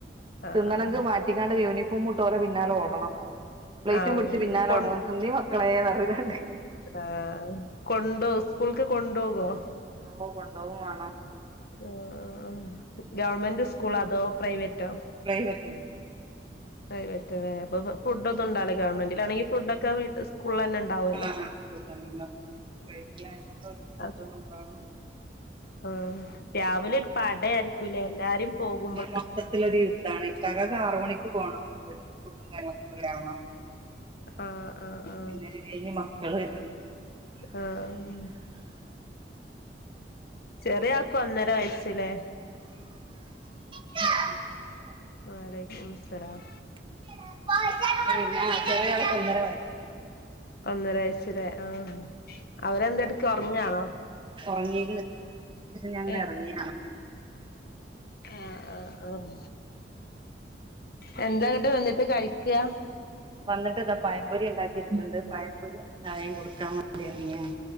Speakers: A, on the left (about 60°); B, on the right (about 30°).
A: ആഹ്
B: തിന്നണെങ്കി മാറ്റിങ്ങാണ്ട് യൂണിഫോം മ്ട്ട ഓലെ പിന്നാലെ ഓടണം. പ്ലേറ്റും
A: ആഹ്
B: പിടിച്ച്
A: അങ്ങനെ
B: പിന്നാലെ
A: കൊ
B: ഓടണം. തിന്നിം മക്കളേ ന്നർങ്ങാണ്ട്.
A: ആഹ് കൊണ്ടോവ് സ്കൂൾക്ക് കൊണ്ടോവോ?
B: സ്‌കൂൾക്ക് കൊണ്ടോവും വാണം.
A: ആഹ് ആഹ് ആ ഗവൺമെന്റ് സ്കൂള അതോ പ്രൈവറ്റോ?
B: പ്രൈവറ്റ് ആണ്
A: പ്രൈവറ്റ്ലേ അപ്പൊ ഫുഡ്ഡോന്നുണ്ടാവൂല. ഗവൺമെന്റിലാണെങ്കി ഫുഡൊക്കെ വീട്ട് സ്കൂളിലെന്നെ ണ്ടാവോലോ.
B: ആ സ്കൂൾ തന്നെണ്ടാവും പ്രൈവറ്റിലായതോണ്ട് ഓൽക്ക് ഫുഡ്ഡ്
A: ആഹ്
B: കൊണ്ടോണം.
A: ആഹ് രാവിലെ ഒരു പടയായിരിക്കൂലേ എല്ലാരും പോകുമ്പോൾ
B: മൊത്തത്തിലൊര് അതാണിക്കാകാക്ക് ആറ് മണിക്ക് പോണം. അപ്പോത്തിന് ഫുഡ്ഡും കാര്യങ്ങളൊക്കെ റെഡ്യാവണം.
A: ആഹ് ആഹ് ആഹ്
B: പിന്നത് കൈഞ്ഞ് മക്കള്
A: ആഹ് ചെറിയ ആൾക്ക് ഒന്നര വയസ്സില്ലേ
B: <inaudible>
A: വലൈക്കും മുസ്സലാം.
B: <unintelligible> ചെര്യേ ആൾക്ക് ഒന്നര വയസ്
A: ഒന്നര വയസ്ലെ ആഹ് അവരെന്തെട്ക്കാ ഒർങ്ങാണോ
B: ഉറങ്ങി ഞാങ്ങനെ
A: ഏഹ്
B: എറങ്ങി
A: ആഹ് ആഹ് ആ എന്താന്ന്ട്ട് വന്ന്ട്ട് കഴിക്ക്യാ
B: വന്ന്ട്ട് ഇതാ പയംപൊരി ഇണ്ടാക്കിച്ച്ട്ട്ണ്ട് പയംപൊരീം ചായീം കൊട്ക്കാം വാണ്ടി എറങ്യാണ്